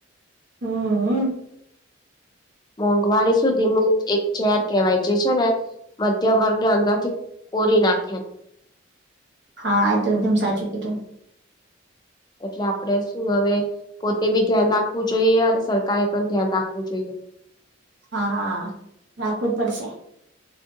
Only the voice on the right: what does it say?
હું હું
હા એ તો એકદમ સાચું કીધું,
હા રાખવું જ પડશે.